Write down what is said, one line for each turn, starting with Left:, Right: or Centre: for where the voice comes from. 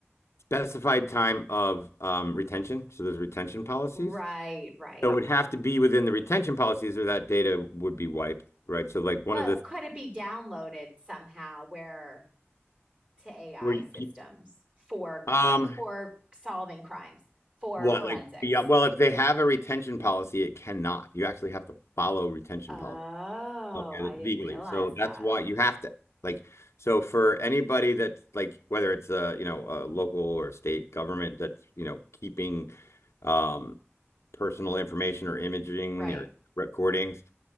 Left: specified time of um, retention. So there's retention policies.
Right: right, right.
Left: So it Right. would have to be within the retention policies or that data would be wiped, right? So like one
Right: But
Left: of the
Right: could it be downloaded somehow where to AI
Left: where you
Right: systems
Left: keep
Right: for
Left: um
Right: for solving crimes, for
Left: what
Right: forensics?
Left: like beyond, well, if they have a retention policy, it cannot. You actually have to follow retention
Right: Oh,
Left: policy. Okay,
Right: I didn't
Left: legally.
Right: realize
Left: So
Right: that.
Left: that's why you have to like so for anybody that's like whether it's a you know a local or state government that's you know keeping um personal information or imaging
Right: Right.
Left: or recordings,